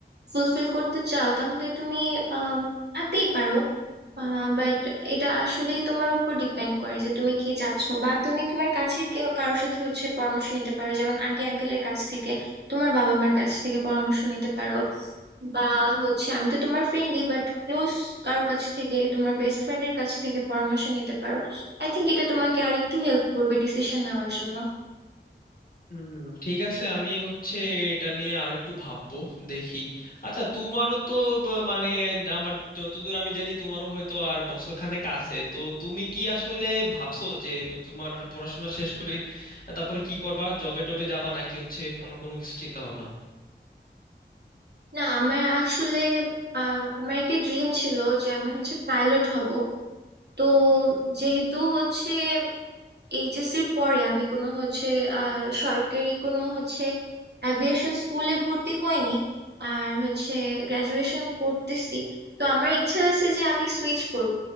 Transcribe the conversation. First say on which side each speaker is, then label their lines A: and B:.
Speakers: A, on the right; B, on the left.
A: ফুলফিল করতে চাও তাহলে তুমি আহ থাকতেই পারো বাট এটা আসলেই তোমার উপর ডিপেন্ড করে যে তুমি কি চাচ্ছ বা তুমি তোমার কাছের কেউ কারোর সাথে হচ্ছে পরামর্শ নিতে পারো যেমন আন্টি আঙ্কেলের কাছ থেকে তোমার বাবা মার কাছ থেকে পরামর্শ নিতে পারো বা হচ্ছে আমি তো তোমার ফ্রেন্ডই বাট ক্লোজ কারোর কাছ থেকে তোমার বেস্ট ফ্রেন্ডের কাছ থেকে পরামর্শ নিতে পারো আই থিংক এটা তোমাকে আর একটু হেল্প করবে ডিসিশন নেওয়ার জন্য
B: হুম ঠিক আছে আমি হচ্ছে এটা নিয়ে আরেকটু ভাববো দেখি আচ্ছা তোমারও তো ব- মানে আমার যতদূর আমি জানি তোমারও হয়তো আর বছর খানেক আছে তো তুমি কি আসলে ভাবছো যে তোমার পড়াশোনা শেষ করে তারপরে কি করবা জবে টবে যাবা নাকি হচ্ছে অন্য কোনো কিছু চিন্তা ভাবনা
A: না আমার আসলে আহ আমার একটা ড্রিম ছিল যে আমি হচ্ছে পাইলট হব তো যেহেতু হচ্ছে এইচএসসি এর পরে আমি কোনো হচ্ছে আর সরকারি কোনো হচ্ছে অ্যাভিয়েশন স্কুলে ভর্তি হইনি আর হচ্ছে গ্রাজুয়েশন করতেছি তো আমার ইচ্ছা আছে যে আমি সুইচ করব